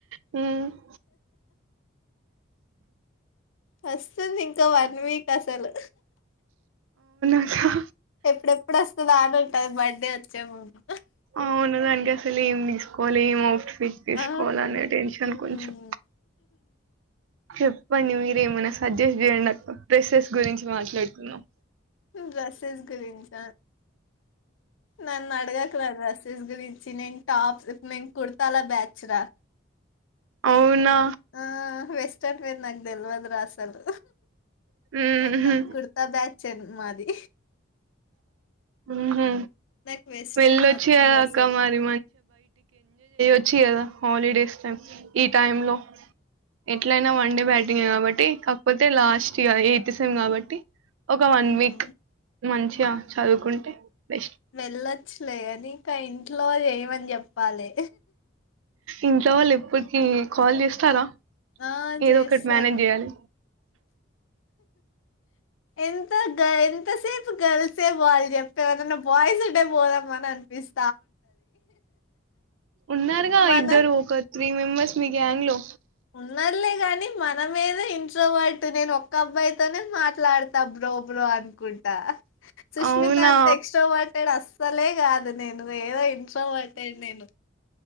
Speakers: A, on the right; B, on the left.
A: హుమ్ <inaudible>
B: వస్తుంది ఇంకా వన్ వీక్ అసలు
A: ఆహా
B: ఎప్పుడెప్పుడు వస్తదా అని ఉంటది మై వచ్చేముందు
A: అవును దానికసలు ఏం తీసుకోవాలి ఏం ఔట్ రిఫ్ తీసుకోవాలనే
B: ఆ!
A: టెన్షన్ కొంచెం
B: హ్మ్.
A: చెప్పండి మీరు ఏమైనా సజెస్ట్ చేయండి అక్క డ్రెస్సెస్ గురించి మాట్లాడుతున్నాం
B: డ్రెస్సెస్ గురించా నన్ను అడగకు రా డ్రెస్సెస్ గురించి నేను టాప్స్ ఇ కుర్తాల బ్యాచ్ రా
A: అవునా
B: ఆ వేస్ వేర్ నాకు తెలవదు రా అసలు
A: ఊహు
B: మొత్తం కుర్తా బ్యాచ్ మాది
A: ఉహూ
B: నాకు వెస్టర్న్
A: వెళ్లొచ్చు
B: నచ్చదు
A: కదా అక్క
B: అసలు
A: మరి చ్చి కదా హాలిడేస్ టైం ఈ టైం లో ఎట్లయినా వన్ డే బ్యాటింగే కాస్ట్ టీ కాకపోతే లాస్ట్ ఇయర్ ఎయిత్ సేమ్ కాబట్టి ఒక వన్
B: ఉమ్.
A: వీక్ మంచిగా చదువుకుంటే బెస్ట్
B: వెళ్లొచ్చులే గానీ ఇంక ఇంట్లో చెయ్ మని చెప్పాలి
A: ఇంట్లో వాళ్ళు ఎప్పుటికీ కాల్ చేస్తారా
B: ఆ
A: ఏదో
B: చేస్తారు
A: ఒకటి మేనేజ్ చేయ్యాలి
B: ఎంత గా ఎంతసేపు గల్స్ సే పోవాలి చెప్పు ఎవరినన్నా బాయ్స్ ఉంటే పోదాం అనన్పిస్
A: ఉన్నారుగా
B: మన
A: ఇద్దరు ఒక త్రీ మెంబర్స్ మీ గ్యాంగ్ లో
B: ఉన్నారులే కాని మన మీద ఇంట్లో వాళ్ట్ నేను ఒక్క అబ్బాయి తోనే మాట్లాడతా బ్రో ప్పుడు అనుకుంటా సుష్మిత
A: అవునా
B: అంత ఎక్ట్రోవర్ట్ టే డస్ తలే కాదు నేను ఏదో ఇంట్రోవర్టే నేను